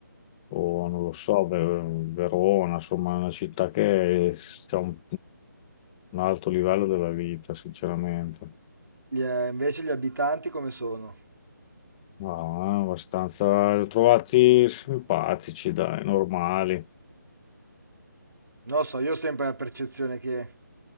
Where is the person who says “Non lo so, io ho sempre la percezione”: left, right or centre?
Right